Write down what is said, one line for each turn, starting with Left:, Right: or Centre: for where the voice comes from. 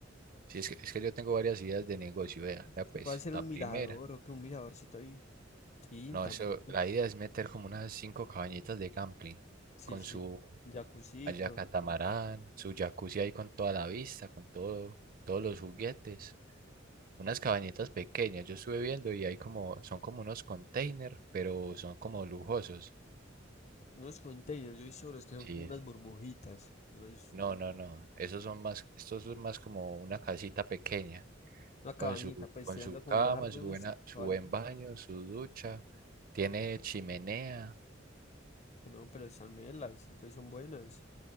Right: Sí, es que, es que yo tengo varias ideas de negocio, vea. Vea, pues,
Left: Se puede hacer
Right: la
Left: un
Right: primera.
Left: mirador o que un miradorcito ahí estoy,
Right: No,
Left: también.
Right: eso, la idea es meter como unas cinco cabañitas de camping
Left: Sí,
Right: con
Left: sí,
Right: su
Left: un jacuzito.
Right: allá catamarán, su jacuzzi ahí con toda la vista, con todo, todos los juguetes. Unas cabañitas pequeñas, yo estuve viendo y hay como, son como unos containers, pero son como lujosos.
Left: Unos containers, yo he visto los que son
Right: Sí,
Left: como unas
Right: es-
Left: burbujitas, unas-
Right: no, no, no, esos son más, estos son más como una casita pequeña.
Left: una cabañita,
Right: con su,
Left: pues
Right: con
Left: tirando
Right: su
Left: como
Right: cama,
Left: más a rústico,
Right: su buena, su
Left: cabañita.
Right: buen baño, su ducha, tiene chimenea.
Left: Ah, No, pero están melas, entonces son buenas.